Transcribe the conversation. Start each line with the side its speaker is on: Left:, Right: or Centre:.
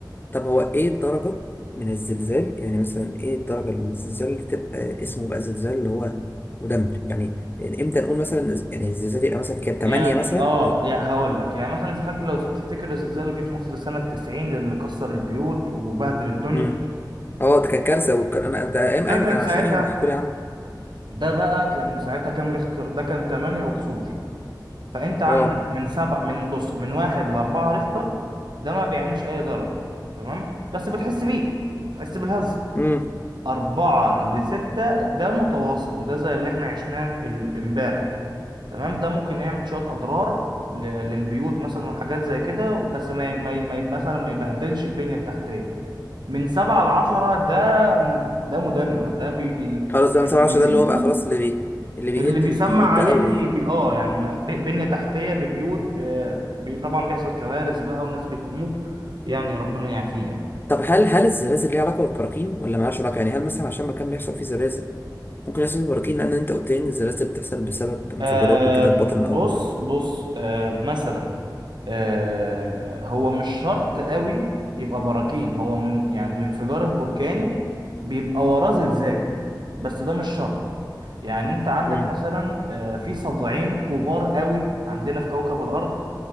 Left: طب هو ايه الدرجة من الزلزال يعني مثلا ايه الدرجة اللي من الزلزال اللي تبقى اسمه بقى زلزال اللي هو مدمر يعني يعني امتى نقول مثلا ز- يعني الزلزال يبقى مثلا كام 8
Right: يعني
Left: مثلا
Right: اه يعني هقول لك يعني مثلا فاكر لو تفتكر الزلزال اللي جه في مصر سنة 90 اللي كسر البيوت وبهدل الدنيا
Left: امم اه ده كان كارثة والك- انا ده ايام
Right: ده
Left: اهلي
Right: كان
Left: كانوا
Right: ساعتها
Left: عايشين ايوه انا هحكوا لي عنه
Right: ده بقى كان ساعتها كام ريختر ده كان 8 وكسور فانت عندك
Left: اه
Right: من سبع من بص من واحد لأربعة ريختر ده ما بيعملش اي ضرر تمام بس بتحس بيه بتحس بالهزة
Left: امم
Right: أربعة لستة ده متوسط وده زي اللي احنا عشناه ال- امبارح تمام ده ممكن يعمل شوية أضرار ل- للبيوت مثلا والحاجات زي كده بس ما ي- ما ي- ما ي- مثلا ما يبهدلش البنية التحتية من سبعة لعشرة ده ده مدمر ده بي بي
Left: خلاص ده من
Right: اللي
Left: 7 10
Right: بيشوفه
Left: ده اللي هو بقى خلاص اللي بي اللي بيهد
Right: اللي بيسمع
Left: البيوت
Right: عليه
Left: بقى قوي
Right: بي بي اه يعني ما- ب- بنية تحتية ببيوت ب- بي طبعا بيحصل كوارث بقى وناس بتموت يعني ربنا يعافينا يعني
Left: طب هل هل الزلازل ليها علاقة بالبراكين ولا مالهاش علاقة يعني هل مثلا عشان مكان بيحصل فيه زلازل ممكن يحصل فيه براكين لان انت قلت لي ان الزلازل بتحصل بسبب انفجارات
Right: آه
Left: وكده في بطن الارض
Right: بص بص آه مثلا آه هو مش شرط قوي يبقى براكين هو من يعني الانفجار البركاني بيبقى وراه زلزال بس ده مش شرط يعني انت عندك
Left: امم
Right: مثلا آه في صدعين كبار قوي عندنا في كوكب الارض